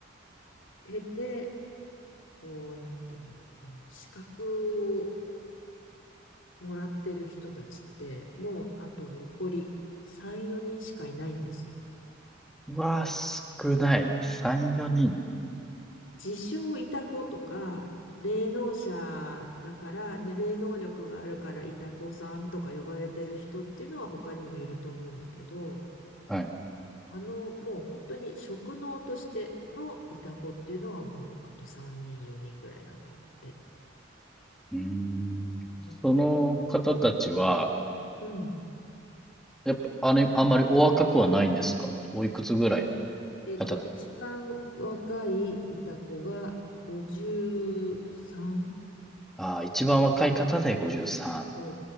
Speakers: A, on the left; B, in the centre.
A: 経て、こう、なんて言うんだろう、あの、資格をもらってる人たちって、もうあと残り3、4人しかいないんですよ。
B: うわー、少ない。3、4人。
A: 自称イタコとか、霊能者だから、ね、霊能力があるからイタコさんとか呼ばれてる人っていうのは他にもいると思うんだけど、
B: はい。う
A: あの、もう本当に職能としてのイタコっていうのはもうあと3人、4人ぐらいなんだって。
B: ーん。
A: うん。
B: その方たちは、
A: うん
B: やっぱ、あれ、あんまりお若くはないんですかおいくつぐらいの
A: えっと、
B: 方
A: 一番若いいた子が53う
B: ああ、一番若い方で53。
A: さん。